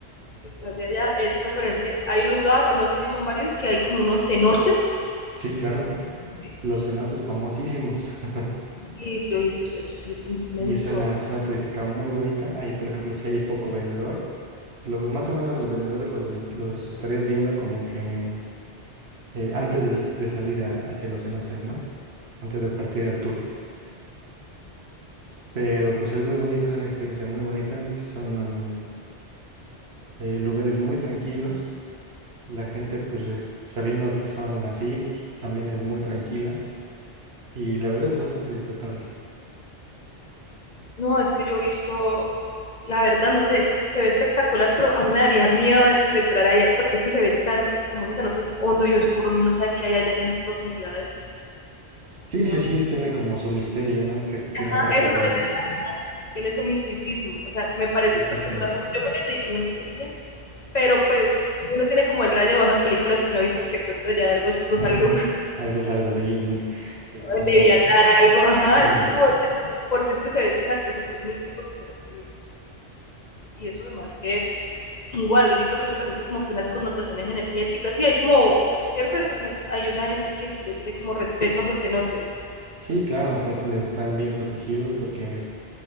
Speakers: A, on the left; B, on the right.
A: que estás de allá, es referente, hay un lugar, o no sé si son varios, que hay como unos cenotes,
B: Sí, claro,
A: no sé si
B: los cenotes famosísimos. <laughs>
A: Y yo he visto, eso, eso es inmenso.
B: Y es una zona turística muy bonita. Ahí, por ejemplo, si hay poco vendedor, luego más o menos los vendedores los, ven- los estarías viendo como que mm, eh, antes de, s- de salir a- hacia los cenotes, ¿no? Antes de partir al tour. Pero pues es muy bonito, es una experiencia muy bonita. Son, mm, eh, lugares muy tranquilos. La gente, pues es- sabiendo que son así, pues, también es muy tranquila y la verdad es bastante disfrutable.
A: No, es que yo he visto, la verdad, no sé, se ve espectacular, pero a mí me daría miedo a veces de entrar ahí, porque es que se ve tan, como esos cenotes hondo y oscuro, no sabe qué hay allá en esas profundidades.
B: Sí,
A: ¿sí me
B: sí, sí,
A: ven?
B: tiene como su misterio, ¿no? Que tiene
A: Ah,
B: parte
A: eso
B: de...
A: también
B: s-
A: te- ah, tiene su misticismo, o sea, me parece
B: Sí,
A: espectacular.
B: exactamente.
A: Yo me, meter- me metería, pero pues uno tiene como el rayo de esas películas que uno ha visto que pronto ya de algo oscuro
B: <laughs>
A: salga uno.
B: Algo sale de ahí en el fondo,
A: Leviatán,
B: ¿no?
A: algo, ajá,
B: <laughs> Ándale.
A: eso es como, porque es que se ve, exacto, súper místico, súper así, y eso además que, igual, he visto que eso también tiene como que unas connotaciones energéticas, sí, hay como, ¿cierto? O sea, hay una gente que sí le tiene como respeto a los cenotes,
B: Sí, claro, aparte de están bien protegidos porque